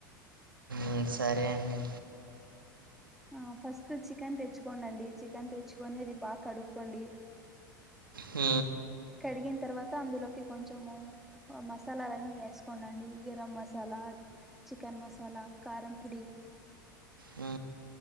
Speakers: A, on the right (about 85°); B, in the centre.
A: ఉ సరే అండి
B: ఆ ఫస్ట్ చికెన్ తెచ్చుకోండండి చికెన్ తెచ్చుకొని ఇది బా కడుక్కోండి
A: హు
B: కడిగిన్ తర్వాత అందులోకి కొంచెము అ మసాలాలన్నీ ఏస్కోండండి గెరం మసాలా చికెన్ మసాలా కారం పుడి
A: ఉ